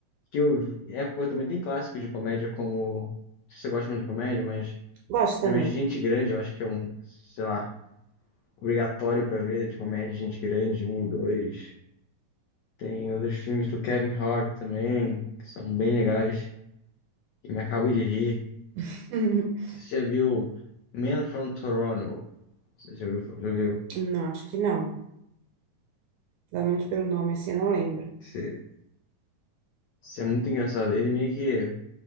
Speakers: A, on the left; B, on the right.
A: que eu vi. É, pô, também tem clássicos de comédia, como. Não sei se você gosta muito de comédia, mas.
B: Gosto
A: Geralmente
B: também.
A: Gente Grande, eu acho que é um. Sei lá. obrigatório pra ver, de comédia, Gente Grande, um e dois. Tem outros filmes do Kevin Hart também, que são bem legais, que me acabo de rir.
B: <laughs>
A: Você já viu Man from Toronto? Você já viu? Já viu?
B: Não, acho que não. Pelo menos pelo nome, assim, eu não lembro.
A: Esse- esse é muito engraçado. Ele meio que,